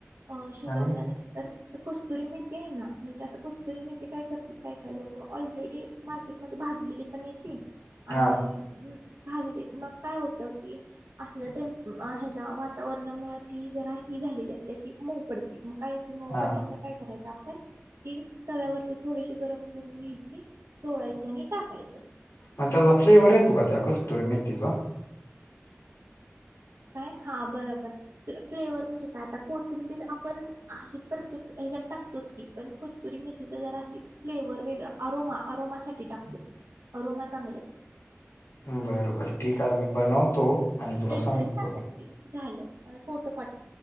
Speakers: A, on the right; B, on the left.
A: अ शिजवल्यानंतर.
B: आणि
A: कस्तुरी मेथी आहे ना म्हणजे आता कस्तुरी मेथे काय करतेात काय काय लोक ऑलरेडी मार्केटमध्ये भाजलेली पण येत. ते
B: हा
A: आणि भाजले मग. काय होत की असल्या टे ह्याच्या वातावरणामुळे ती जरा ह झालेली असते. मऊ पडती मग काय येते मऊ
B: हा
A: पडल्यांतर काय करायचं. पण ती तव्यावरती थोडीशी गरम करून घ्यायची चोळायची आणि टाकायचं.
B: मग त्या लफलीवर येतू का त्या कस. कस्तुरी मेथीचा.
A: काय, हा बरोबर फ्लेवर म्हणजे? काय आता कोथिंबीर आपण अशी प्रत्येक ह्याच्यात टातोच की पण कस्तुरी मेथीचा जरा अशी फ्लेवर वेगळा अरोमा अरोमासाठी टाकते. अरोमा चांगला.
B: बर बर ठीक आहे मी बनवतो आणि तुला
A: फ्रेश
B: सांगतो
A: क्रीम टाकायची झालं मला फोटो पा